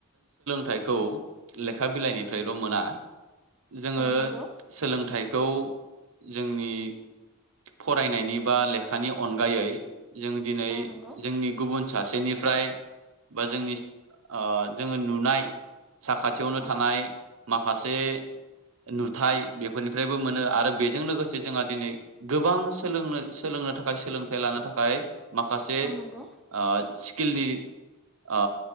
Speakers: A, on the right (about 70°); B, in the centre.
A: थाइखौ लेखा बिलाइनिफ्रायल' मोना जोङो
B: औ नंगौ
A: सोलोंथाइ खौ जोंनि फरायनायनि बा लेखानि अनगायै जों दिनै
B: औ नंगौ
A: जोंनि गुबुन सासेनिफ्राय बा जोंनि ओ जोङो नुनाय साखाथियावनो
B: औ
A: थानाय माखासे नुथाय बेफोरनिफ्रायबो मोनो आरो बेजों लोगोसे जोंहा दिनै गोबां सोलोंनो सोलोंनो थाखाय सोलोंथाइ लानो थाखाय माखासे
B: औ नंगौ
A: आ स्किलनि ओ